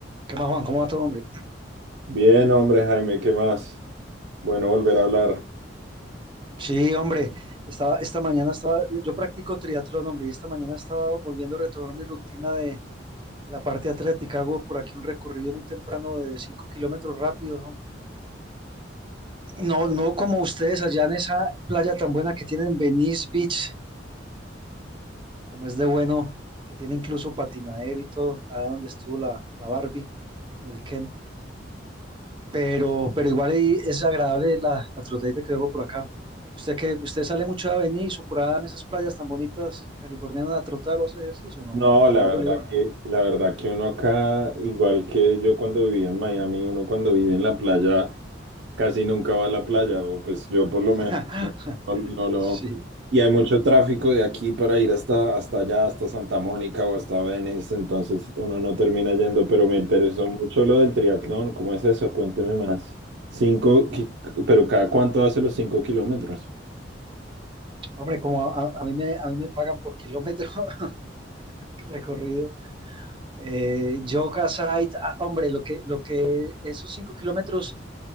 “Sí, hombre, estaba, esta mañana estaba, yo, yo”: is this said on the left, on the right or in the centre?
Right